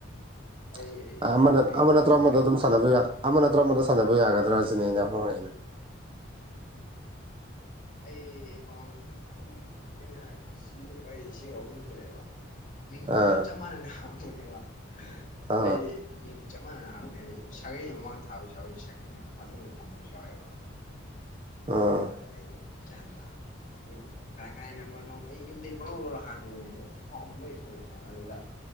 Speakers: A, on the right; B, on the left.
A: <unintelligible>
B: ꯑꯩ ꯑꯩ
A: ꯑꯥꯃ
B: ꯑꯩ
A: ꯑꯃ
B: ꯉꯥꯎꯔꯨꯔꯦ
A: ꯅꯠꯇ꯭ꯔ ꯑꯃꯗ ꯑꯗꯨꯝ <unintelligible> ꯁꯥꯟꯅꯕ ꯌꯥ ꯑꯃ ꯅꯠꯇ꯭ꯔ ꯑꯃꯗ ꯁꯥꯟꯅꯕ ꯌꯥꯒꯗ꯭ꯔꯥ
B: ꯎꯝ
A: ꯁꯤꯅꯦ ꯑꯩꯅꯨ ꯍꯣꯡꯉꯛꯏꯅꯦ
B: <inaudible> ꯑꯩ ꯑꯦꯀꯥꯎꯟ ꯑꯍꯨꯝ ꯑꯩꯅ ꯁꯤ ꯄꯥꯏ ꯁꯤ ꯑꯍꯨꯝ ꯁꯨꯔꯦꯕ ꯃꯤꯡꯁꯨ
A: ꯑꯥ
B: ꯆꯞ ꯃꯥꯟꯅ ꯍꯥꯡꯕꯅꯦꯕ
A: ꯑꯥ
B: ꯍꯥꯏꯗꯤ ꯃꯤꯡ ꯆꯞ ꯃꯥꯟꯅꯅ ꯍꯥꯡꯕꯅꯦ ꯍꯥꯏꯗꯤ ꯁꯥꯒꯩꯅ ꯃꯃꯥꯡ ꯊꯥꯕꯁꯨ ꯌꯥꯎꯋꯦ ꯁꯥꯒꯩꯅ ꯃꯇꯨꯡꯗ ꯊꯝꯕꯁꯨ ꯌꯥꯎꯋꯦꯕ
A: ꯑꯥ
B: ꯑꯗ ꯑꯩꯗꯨ ꯒꯌ꯭ꯥꯟ ꯇꯥꯗꯔ꯭ꯕ ꯀꯔꯥꯏ ꯀꯔꯥꯏ ꯅꯝꯕꯔꯅꯣ ꯑꯩ ꯌꯨꯝꯗꯩ ꯄꯂꯧ ꯂꯧꯔ ꯍꯥꯡꯈꯤꯕꯅꯦ ꯀꯦꯀꯥꯎꯟꯠ ꯃꯔꯤ ꯁꯨꯔꯕꯅꯦꯕ ꯑꯗꯨꯗ